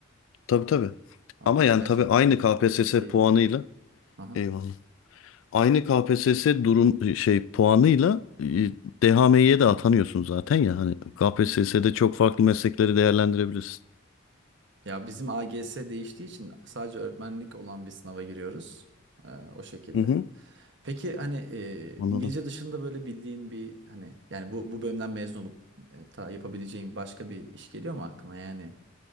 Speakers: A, on the left; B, on the right.
A: Tabii tabii.
B: Ha,
A: Ama yani
B: gerçekten
A: tabii aynı KPSS
B: etkileyici.
A: puanıyla
B: Aha.
A: eyvallah. Aynı KPSS durum şey puanıyla e, DHMİ'ye de atanıyorsun zaten ya hani KPSS'de
B: Hmm.
A: çok farklı meslekleri değerlendirebilirsin.
B: Ya bizim AGS değiştiği için sadece öğretmenlik olan bir sınava giriyoruz. E, o şekilde.
A: Hı hı,
B: Peki hani e,
A: anladım.
B: İngilizce dışında böyle bildiğin bir hani yani bu bu bölümden mezun olup e, ta yapabileceğin başka bir iş geliyor mu aklına? Yani